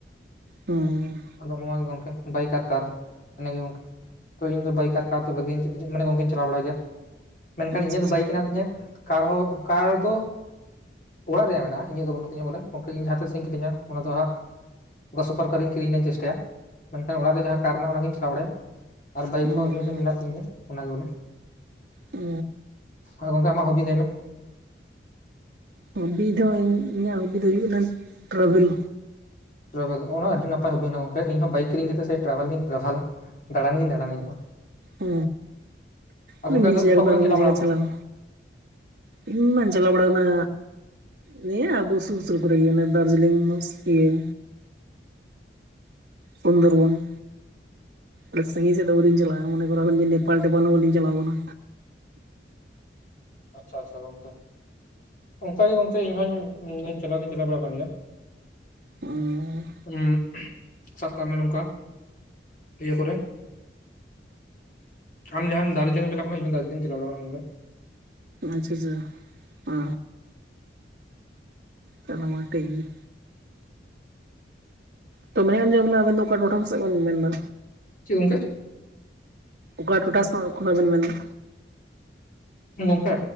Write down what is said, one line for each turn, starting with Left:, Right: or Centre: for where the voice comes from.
Right: ᱦᱩᱸ ᱦᱩᱸ
Left: ᱟᱫᱚ ᱱᱚᱣᱟ ᱜᱮ ᱜᱚᱢᱠᱮ ᱵᱟᱭᱠᱟᱨ ᱠᱟᱨ ᱤᱱᱟ ᱜᱮ ᱜᱚᱢᱠᱮ᱾ ᱛᱚ ᱤᱧ ᱵᱟᱭᱤᱠᱟᱨ ᱠᱷᱟ ᱫᱚ ᱵᱷᱟᱹᱜᱤᱧ ᱢᱟᱱᱮ ᱜᱚᱝᱠᱮᱧ ᱪᱟᱣ ᱵᱟᱲᱟᱭ ᱜᱮᱭᱟ᱾ ᱢᱮᱱᱠᱷᱟᱱ
Right: ᱟᱪᱪᱷᱟ
Left: ᱤᱧᱟᱹᱜ
Right: ᱟᱪᱪᱷᱟ
Left: ᱫᱚ ᱵᱟᱭᱤᱠ ᱦᱮᱸᱱᱟᱜ ᱛᱤᱧᱟᱹ ᱠᱟᱨᱦᱚᱸ ᱠᱟᱨ ᱫᱚ ᱚᱲᱟᱜ ᱨᱮᱭᱟᱜ ᱢᱮᱱᱟᱜᱼᱟ ᱤᱧᱟᱹᱜ ᱫᱚ ᱵᱟᱹᱱᱩᱜ ᱛᱤᱧᱟᱹ ᱵᱚᱞᱮ ᱜᱚᱢᱠᱮ ᱤᱧ ᱡᱟᱦᱟᱸᱛᱮᱤᱥ ᱤᱧ ᱠᱤᱨᱤᱧᱟ ᱚᱱᱟ ᱫᱚ ᱦᱟᱸᱜ ᱚᱱᱠᱟ ᱥᱩᱯᱟᱨ ᱠᱟᱨᱤᱧ ᱠᱤᱨᱤᱧ ᱨᱮᱱᱟᱜᱤᱧ ᱪᱮᱥᱴᱟᱭᱟ ᱢᱮᱱᱠᱷᱟᱱ ᱚᱲᱟᱜ ᱨᱮ ᱡᱟᱦᱟᱸ ᱠᱟᱨ ᱨᱮᱱᱟᱜ ᱚᱱᱟᱤᱧ ᱪᱟᱞᱟᱣ ᱵᱟᱲᱟᱭᱟ᱾ ᱟᱨ ᱵᱟᱭᱤᱠ
Right: ᱚᱸ
Left: ᱦᱚᱸ ᱤᱧᱟᱹᱜ ᱫᱚ ᱢᱮᱱᱟᱜ ᱛᱤᱧ ᱜᱮᱭᱟ ᱚᱱᱟᱜᱮ ᱵᱚᱞᱮ᱾
Right: ᱚ᱾
Left: ᱟᱨ ᱜᱚᱢᱠᱮ ᱟᱢᱟᱜ ᱦᱚᱸ ᱦᱚᱵᱤ ᱞᱟᱹᱭ ᱢᱮ᱾
Right: ᱦᱚᱵᱤ ᱫᱚ ᱤᱧᱟᱹᱜ ᱦᱚᱵᱤ ᱫᱚ ᱦᱩᱭᱩᱜ ᱠᱟᱱᱟ ᱴᱨᱟᱵᱷᱮᱞ᱾
Left: ᱴᱨᱟᱵᱷᱮᱞ ᱚᱱᱟ ᱟᱹᱰᱤ ᱱᱟᱯᱟᱭ ᱦᱩᱵᱤᱱᱟ ᱜᱚᱢᱠᱮ ᱤᱧ ᱦᱚᱸ ᱵᱟᱭᱤᱠ ᱠᱤᱨᱤᱧ ᱠᱟᱛᱮ ᱥᱮ ᱴᱨᱟᱵᱷᱮᱞ ᱜᱤᱧ ᱴᱨᱟᱵᱷᱮᱞᱟ᱾ ᱫᱟᱬᱟᱱ ᱜᱮᱧ ᱫᱟᱬᱟᱱ ᱤᱧ ᱦᱚᱸ᱾
Right: ᱚ ᱚᱱᱮ
Left: ᱜᱚᱝᱠᱮ
Right: ᱢᱤᱫ
Left: ᱟᱫᱚ
Right: ᱡᱟᱭᱜᱟ
Left: ᱚᱠᱟ ᱠᱚᱨᱮᱢ
Right: ᱠᱟᱱᱟ ᱢᱤᱫ ᱡᱟᱭᱜᱟ
Left: ᱵᱟᱲᱟ ᱟᱠᱟᱱᱟ
Right: ᱪᱟᱞᱟᱣ᱾ ᱤᱧ ᱢᱟ ᱪᱟᱞᱟᱣ ᱵᱟᱲᱟᱣ ᱠᱟᱱᱟ ᱱᱤᱭᱟᱹ ᱟᱵᱚ ᱥᱩᱨ ᱥᱩᱨ ᱠᱚᱨᱮ ᱜᱮ ᱫᱟᱨᱡᱤᱞᱤᱝ ᱤᱭᱟᱹ ᱥᱩᱱᱫᱚᱨᱵᱚᱱ᱾ ᱟᱰᱤ ᱥᱟᱹᱜᱤᱧ ᱥᱮᱫ ᱫᱚ ᱵᱟᱞᱤᱧ ᱪᱟᱞᱟᱜᱼᱟ ᱢᱚᱱᱮ ᱠᱚ ᱱᱮᱯᱟᱞ ᱴᱮᱯᱟᱞ ᱦᱚᱸ ᱵᱟᱞᱤᱧ ᱪᱟᱞᱟᱣᱠᱟᱱᱟ᱾
Left: ᱟᱪᱪᱷᱟ ᱟᱪᱪᱷᱟ ᱜᱚᱝᱠᱮ ᱚᱱᱠᱟᱜ ᱜᱮ ᱜᱚᱝᱠᱮ ᱤᱧᱦᱚᱧ ᱪᱟᱞᱟᱣ ᱫᱚᱧ ᱪᱟᱞᱟᱣ ᱵᱟᱲᱟ ᱟᱠᱟᱱ ᱜᱮᱭᱟ᱾
Right: ᱚᱱᱮ
Left: ᱩᱸᱜ ᱥᱟᱵ ᱠᱟᱜ ᱢᱮ ᱱᱚᱝᱠᱟ ᱤᱭᱟᱹ ᱠᱚᱨᱮ ᱟᱢ ᱡᱟᱦᱟᱸᱢ ᱫᱟᱨᱡᱤᱞᱤᱝ ᱮᱢ ᱪᱟᱞᱟᱜ ᱠᱟᱱᱟ ᱫᱟᱨᱡᱤᱞᱤᱝ ᱪᱟᱞᱟ ᱵᱟᱲ ᱟᱠᱟᱱᱟ ᱜᱚᱢᱠᱮ᱾
Right: ᱟᱪᱪᱷᱟ ᱟᱪᱪᱷᱟ ᱚ ᱛᱟᱦᱞᱮ ᱢᱟ ᱴᱷᱤᱠ ᱜᱮᱭᱟ᱾ ᱛᱚ ᱢᱮᱱᱮᱫ ᱠᱟᱱ ᱡᱮ ᱵᱚᱞᱮ ᱟᱵᱮᱱ ᱫᱚ ᱚᱠᱟ ᱴᱚᱴᱷᱟ ᱥᱮᱫ ᱵᱮᱱ ᱢᱮᱱᱫᱟ?
Left: ᱪᱮᱫ ᱜᱚᱝᱠᱮ?
Right: ᱚᱠᱟ ᱴᱚᱴᱷᱟ ᱥᱮ ᱠᱷᱚᱱᱟᱜ ᱵᱮᱱ ᱢᱮᱱ ᱫᱟ?
Left: ᱜᱚᱝᱠᱮ